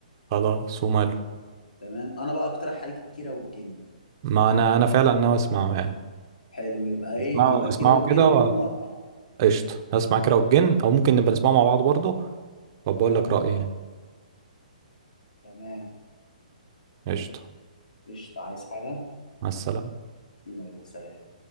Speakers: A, on the right (about 30°); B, on the left (about 85°).
A: خلاص وماله
B: تمام انا بقى اقترح عليك الكيرة والجن
A: ما انا انا فعلا ناوي اسمعه يعني
B: حلو يبقى ايه
A: اسمعه
B: يبقى
A: اسمعه
B: كيرة والجن
A: كده
B: يوم الاربعاء
A: قشطة هسمع كده والجن أو ممكن نبقى نسمعه مع بعض برضه وبقول
B: اه
A: لك رأيي يعني
B: تمام
A: قشطة
B: قشطة عايز حاجة
A: مع السلامة
B: يلا سلام